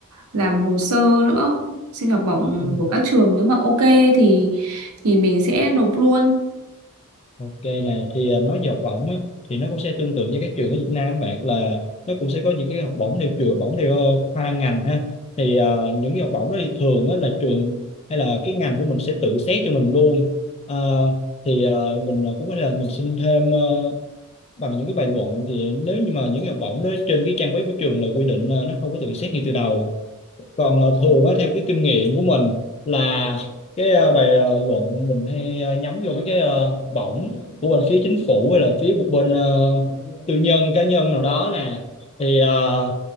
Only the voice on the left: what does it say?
Ừ.
Ok nè thì à, nói về học bổng á, thì nó cũng sẽ tương tự như các trường ở Việt Nam bạn là nó cũng sẽ có những cái học bổng theo trường học bổng theo ờ, khoa ngành ha thì à, những cái học bổng đó thì thường á, là trường hay là cái ngành của mình sẽ tự xét cho mình luôn À, thì à, mình à, cũng có thể là mình xin thêm ờ, bằng những cái bài luận thì nếu như mà những cái học bổng đó trên cái trang web của trường là quy định là nó không có tự xét ngay từ đầu còn ờ, thường á theo cái kinh nghiệm của mình là cái ờ, bài ờ, luận mình hay ờ, nhắm vô mấy cái ờ, học bổng của bên phía chính phủ hay là phía một bên ờ, tư nhân cá nhân nào đó nè thì ờ,